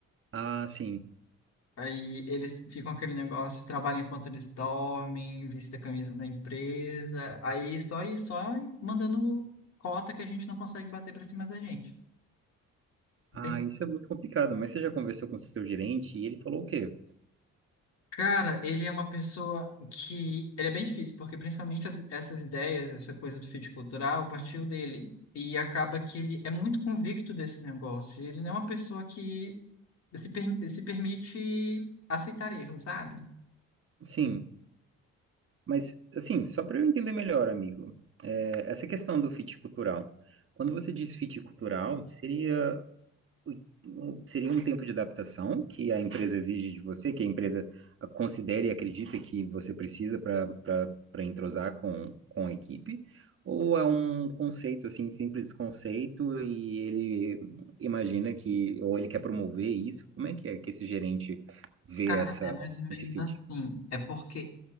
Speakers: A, on the right; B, on the left.
A: Ah, sim.
B: Aí eles ficam aquele negócio, trabalham enquanto eles dormem, vista a camisa da empresa, aí só e só mandando cota que a gente não consegue bater pra cima da gente,
A: Ah,
B: entende?
A: isso é muito complicado, mas você já conversou com o seu gerente e ele falou o quê?
B: Cara, ele é uma pessoa que. Ele é bem difícil, porque principalmente as- essas ideias, essa coisa do fit cultural, partiu dele. E acaba que ele é muito convicto desse negócio. Ele não é uma pessoa que se, per- se permite aceitar erros, sabe?
A: Sim, mas assim, só para eu entender melhor, amigo, é, essa questão do fit cultural. Quando você diz fit cultural, seria um- seria um tempo de adaptação que a empresa exige de você, que a empresa ah, considera e acredita que você precisa para para entrosar com, com a equipe, ou é um conceito assim, simples conceito e ele imagina que ou ele quer promover isso? Como é que é que esse gerente vê
B: Cara,
A: essa
B: é mais ou menos
A: esse fit?
B: assim. É porque